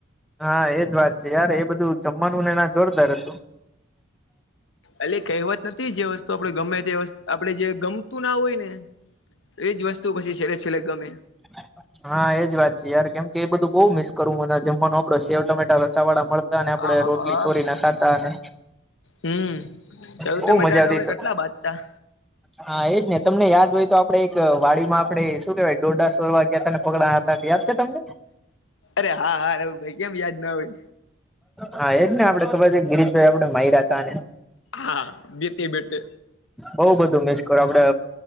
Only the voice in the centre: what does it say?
હા એજ વાત છે યાર એ બધું જમવાનું ને એના જોરદાર હતું.
<inaudible> હા એજ વાત છે યાર કેમ કે એ બધું બઉ મિસ કરું હું અને જમવાનું આપડે સેવ ટમેટા રસા વાળા મગ અને આપડે
રોટલી
તોડી ને ખાતા અને
બહુ
મજા
આવતી
હા એજ ને તમને યાદ હોય તો આપડે એક વાડીમાં આપડે શું કેવાય દોડા સોલવા ગયા તા ને <unintelligible> હતા યાદ છે તમને.
હા એજ ને આપડે ખબર છે ગિરીશભાઈ આપડ ને માયરા તા ને
બઉં બધું મિસ કરો આપડે